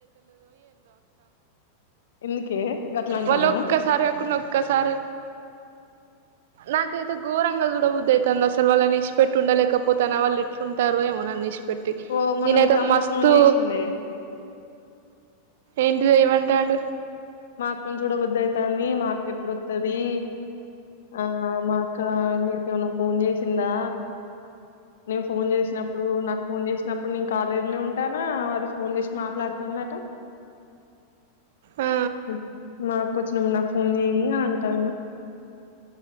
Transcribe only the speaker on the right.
వాళ్ళు ఒక్కసారి కాకుండా ఒక్కసారి నాకైతే గోరంగ జూడ బుద్ది అయితంది అస్ అసలు వాళ్ళని ఇడ్సిపెట్ ఉండ లేకపోతే అ వాళు ఎట్లుంటారు ఏమో నన్ పెట్టి
నేను
ఏదో
మస్తు
ఎంటి దె ఏం అంటాండు
ఆ